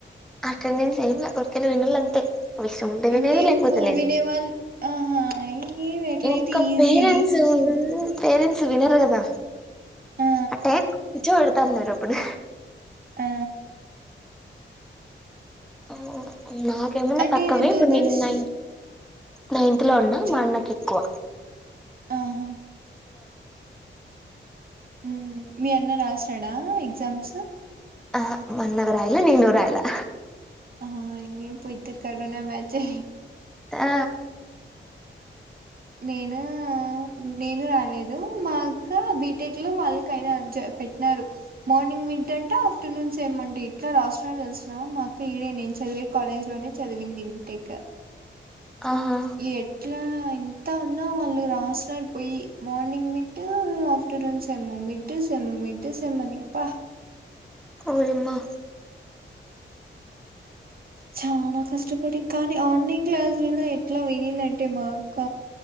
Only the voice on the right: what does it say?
ఇంకేమో
వినేవాళ్ళు ఆహా ఇంగేం ఎట్లయితే
ఈజీ
ఆ
ఆ
అంటే
ఇది దూరదర్శ్
చ్
ఆహా మ్మ్ మీ అన్న రాస్నాడ ఎగ్జామ్స్
ఆ ఇంగేం పో ఇద్దర్ కరోనా బ్యాచే
నేను మ్మ్ నేను రాలేదు మా అక్క బీటెక్ లో వాళ్ళకయినా జ పెట్నారు మార్నింగ్ మిడ్ అంట ఆఫ్టర్నూన్ సెమ్ అంట ఇట్లా రాస్నార్ తెల్స్ నా మా అక్క ఈడే నేను చదివే కాలేజ్ లోనే చదివింది బీటెక్
ఎట్లా అయిన్ ఎతా అన్నా వాళ్ళు రాస్నర్ పొయ్యి మార్నింగ్ మిట్టు ఆఫటర్నూన్ సెమ్ము మిట్టు సెమ్ము మిడ్డు సెమ్ అని ప్ప
చానా కష్టపడి కానీ ఆన్లైన్ క్లాసులు కూడా ఎట్లా వినిందంటే మా అక్క